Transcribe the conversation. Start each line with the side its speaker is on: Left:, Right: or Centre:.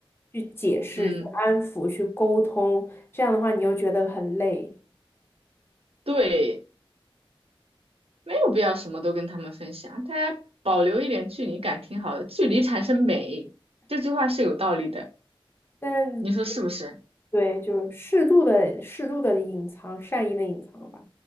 Left: 去解释、
Right: 嗯，
Left: 去安抚、去沟通，这样的话你又觉得很累。
Right: 对，没有必要什么都跟他们分享，大家保留一点距离感挺好的，距离产生美，这句话是有道理的。
Left: 但
Right: 你说是不是？
Left: 对，就是适度的、适度的隐藏，善意的隐藏吧，